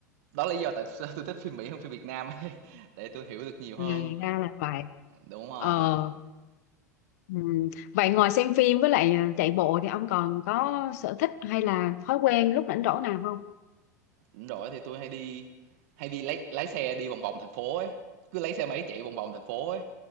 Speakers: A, on the right; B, on the left.
A: đó là lý do tại sao tôi thích phim Mỹ hơn phim Việt Nam ấy. <laughs> Tại tôi hiểu được nhiều hơn.
B: à, ra là vậy
A: Đúng rồi.
B: ờ Ừ. Vậy ngoài xem phim với lại ờ, chạy bộ thì ông còn có sở thích hay là thói quen lúc rảnh rỗi nào không?
A: Đúng rồi thì tôi hay đi hay đi lấy lái xe đi vòng vòng thành phố ấy cứ lấy xe máy chạy vòng vòng thành phố ấy